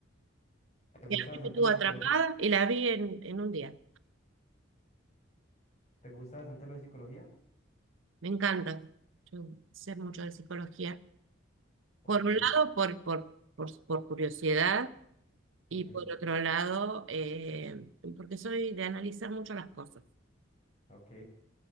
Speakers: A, on the left; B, on the right.
A: ¿Te gusta
B: Y a
A: bastante
B: mí me estuvo
A: lo de
B: atrapada
A: psicología?
B: y la vi en, en un día.
A: ¿Te gusta bastante lo de psicología?
B: Me encanta. Yo sé mucho de psicología.
A: Ok.
B: Por un lado, por, por, por, por curiosidad, y
A: Ujú,
B: por otro lado, eh, porque soy de analizar mucho las cosas.
A: Ok,